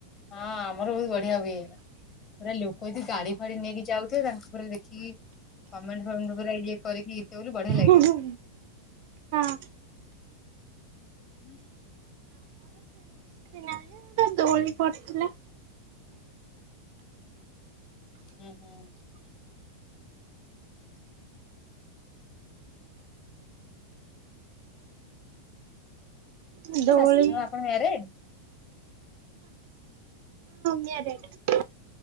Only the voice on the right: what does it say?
ହଁ ହଁ।
ନାଁ ଦୋଳି ପଡିଥିଲା
ଦୋଳି
ଶ ରେଟ